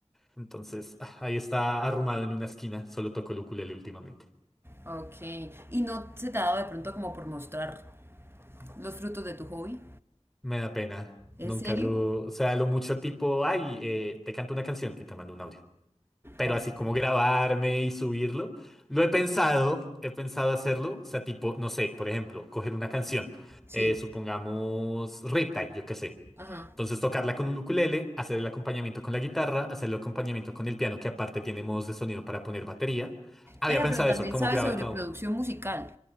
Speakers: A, in the centre; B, on the right (about 20°).
A: Entonces, ah, ahí está arrumado en una esquina. Solo toco el ukulele últimamente.
B: ok. ¿Y no se te ha dado de pronto como por mostrar los frutos de tu hobby?
A: Me da pena.
B: ¿En
A: Nunca
B: serio?
A: lo... O sea, lo mucho tipo, ay, eh, te canto una canción y te mando un audio. pero
B: Ok,
A: así como grabarme y subirlo. Lo he pensado, he pensado hacerlo, o sea, tipo, no sé, por ejemplo, coger una canción,
B: Sí,
A: eh, supongamos Riptide, yo qué sé.
B: ajá.
A: Entonces tocarla con un ukulele, hacer el acompañamiento con la guitarra, hacer el acompañamiento con el piano, que aparte tiene modos de sonido para poner batería. Había
B: Pero,
A: pensado
B: pero también
A: eso, cómo
B: sabes
A: grabar
B: sobre
A: cada
B: producción
A: uno.
B: musical.